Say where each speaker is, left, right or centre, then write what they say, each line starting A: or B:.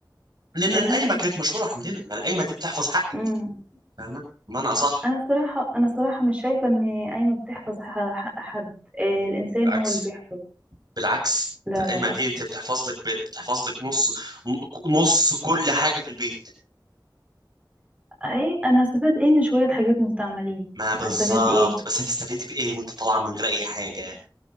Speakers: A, on the right; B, on the right.
A: لان
B: فاهم
A: القايمه كانت مشهوره عندنا ما القايمه دي بتحفظ حقك
B: امم
A: فاهمه بمعنى اصح
B: انا الصراحه انا الصراحه مش شايفه ان قايمه بتحفظ ح- ح- حد آه، الانسان
A: بالعكس
B: هو اللي بيحفظ
A: بالعكس انت
B: لا
A: القايمه
B: لا لا
A: دي انت بتحفظ لك ب- بتحفظ لك نص نص كل حاجه في البيت
B: اي انا هستفاد ايه من شوية حاجات مستعملين
A: ما بالظبط
B: هستفاد ايه
A: بس هتستفيد بايه وانت طالعه من غير اي حاجه